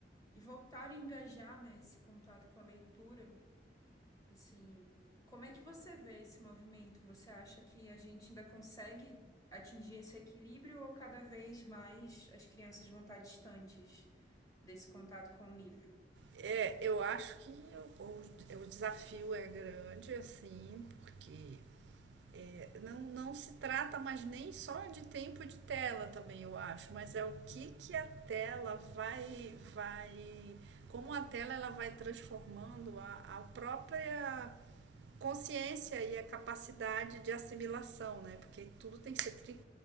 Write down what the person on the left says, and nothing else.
e voltarem a engajar, né, esse contato com a leitura. Assim, como é que você vê esse movimento? Você acha que a gente ainda consegue atingir esse equilíbrio ou cada vez mais as crianças vão estar distantes desse contato com o livro?